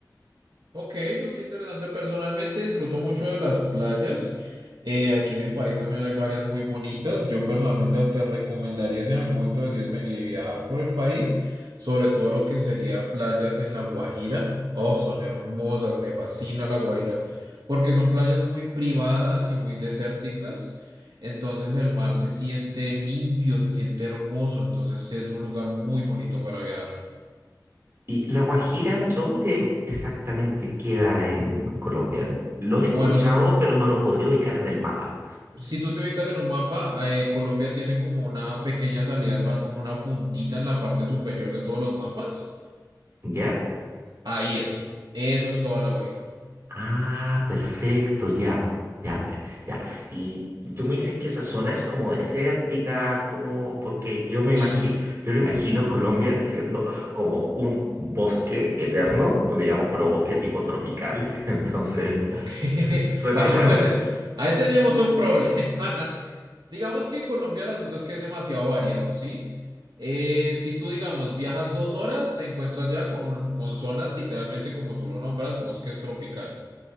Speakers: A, on the right; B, on the right.
A: Ok, pues qué interesante. Personalmente disfruto mucho de las playas. Eh, aquí en mi país también hay varias muy bonitas. Yo personalmente te recomendaría si en algún momento decides venir y viajar por el país, sobre todo lo que sería playas en La Guajira. Oh, son hermosas, me fascina La Guajira, porque son playas muy privadas y muy desérticas. Entonces el mar se siente limpio, se siente hermoso, entonces es un lugar muy bonito para viajar.
B: ¿Y La Guajira, dónde exactamente queda en Colombia? Lo
A: Bueno,
B: he escuchado,
A: si
B: pero no lo podría ubicar en el mapa.
A: Si tú te ubicas en un mapa, eh, Colombia tiene como una pequeña salida al mar, como una puntita en la parte superior de todos los mapas.
B: ¿Ya?
A: Ahí es. Eso es toda La Guaira.
B: Ah, perfecto, ya, ya, pe- ya. Y, y tú me dices que esa zona es como desértica, como, porque yo me
A: Sí,
B: imagino, yo me imagino Colombia siendo como un bosque eterno, digamos, pero bosque tipo tropical. <laughs> Entonces,
A: ok. <laughs>
B: su- suena
A: Vale,
B: raro
A: pues ahí tenemos un problema. <laughs> Digamos que Colombia el asunto es que es demasiado variado, ¿sí? Eh, si tú, digamos, viajas dos horas, te encuentras ya con, un- con zonas literalmente como tú lo nombras, bosques tropicales.